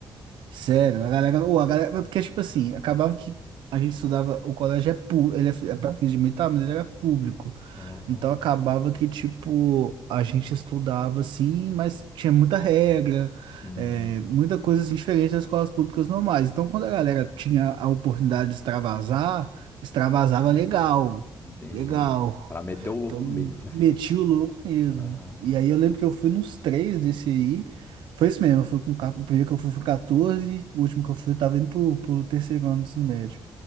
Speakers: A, on the right; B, on the left.
A: Sério, a galera, ou a galera, porque tipo assim, acabava que a gente estudava, o colégio é público, ele é, fi- é para fins de militar, mas ele era público.
B: Uhum.
A: Então acabava que tipo, a gente estudava assim, mas tinha muita regra,
B: Uhum.
A: é, muita coisa assim, diferente das escolas públicas normais. Então quando a galera tinha a oportunidade de extravasar, extravasava legal,
B: Entendi.
A: legal.
B: Pra meter o louco
A: Então,
B: mesmo.
A: meti o louco mesmo.
B: Aham,
A: E aí eu lembro que eu fui nos três desse aí. Foi isso mesmo, eu fui com, 14 o primeiro que eu fui foi 14, o último que eu fui eu tava indo pro, pro terceiro ano do ensino médio.